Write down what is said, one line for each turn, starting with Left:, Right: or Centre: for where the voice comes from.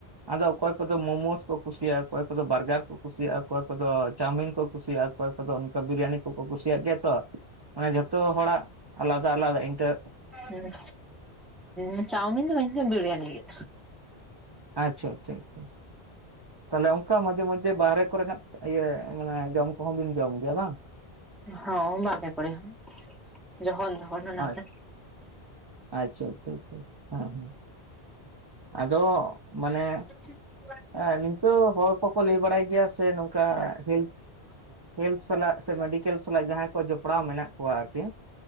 Right: ᱟᱫᱚ ᱚᱠᱚᱭ ᱠᱚᱫᱚ ᱢᱳᱢᱳᱥ ᱠᱚ ᱠᱩᱥᱤᱭᱟᱜᱼᱟ, ᱚᱠᱚᱭ ᱠᱚᱫᱚ ᱵᱟᱨᱜᱟᱨ ᱠᱚ ᱠᱩᱥᱤᱭᱟᱜᱼᱟ ᱚᱠᱚᱭ ᱠᱚᱫᱚ ᱪᱟᱣᱢᱤᱱ ᱠᱚ ᱠᱩᱥᱤᱭᱟᱜᱼᱟ, ᱚᱠᱚᱚᱭ ᱠᱚᱫᱚ ᱚᱱᱠᱟ ᱵᱤᱨᱤᱭᱟᱱᱤ ᱠᱚ ᱠᱚ ᱠᱩᱥᱤᱭᱟᱜ ᱜᱮᱭᱟ ᱛᱚ ᱢᱟᱱᱮ ᱡᱷᱚᱛᱚ ᱦᱚᱲᱟᱜ ᱟᱞᱟᱫᱟ ᱟᱞᱟᱫᱟ ᱤᱱᱴᱟ
Centre: ᱦᱮᱸ ᱩᱸ ᱪᱟᱣᱢᱤᱱ ᱫᱚ ᱵᱟᱧ ᱤᱧ ᱫᱚ ᱵᱤᱨᱨᱤᱭᱟᱱᱤ ᱜᱮ᱾
Right: ᱟᱪᱪᱷᱟ ᱟᱪᱪᱷᱟ ᱟᱪᱪᱷᱟ᱾ ᱛᱟᱦᱞᱮ ᱚᱱᱠᱟ ᱢᱟᱡᱷᱮ ᱢᱚᱡ ᱡᱮ ᱵᱟᱨᱦᱨᱮ ᱠᱚᱨᱮᱱᱟᱜ ᱤᱭᱟᱹ ᱢᱟᱱᱮ ᱡᱚᱢ ᱠᱚᱦᱚᱸ ᱵᱤᱱ ᱡᱚᱢ ᱜᱮᱭᱟ ᱵᱟᱝ?
Centre: ᱦᱚᱸ ᱵᱟᱦᱨᱮ ᱠᱚᱨᱮ ᱦᱚᱸ᱾ ᱡᱠᱷᱚᱱ ᱫᱚᱦᱚᱱ ᱚᱱᱟ
Right: ᱟᱪᱪᱷᱟ
Centre: ᱫᱚ᱾
Right: ᱟᱪᱪᱷᱟ ᱟᱪᱪᱷᱟ ᱟᱪᱪᱷᱟ ᱦᱮᱸ ᱦᱮᱸ ᱟᱫᱚ ᱢᱟᱱᱮ
Centre: ᱪᱮᱫ?
Right: ᱮᱸ ᱱᱤᱱᱛᱟᱹᱣ ᱦᱚᱲ ᱠᱚᱠᱚ ᱵᱟᱲᱟᱭ ᱜᱮᱭᱟ ᱥᱮ ᱱᱚᱝᱠᱟ ᱦᱮᱞᱯ ᱦᱮᱞᱛᱷ ᱥᱟᱞᱟᱜ ᱥᱮ ᱢᱮᱰᱤᱠᱮᱞ ᱥᱟᱞᱟᱜ ᱡᱟᱦᱟᱸᱭ ᱠᱚ ᱡᱚᱯᱲᱟᱣ ᱢᱮᱱᱟᱜ ᱠᱚᱣᱟ ᱟᱨᱠᱤ᱾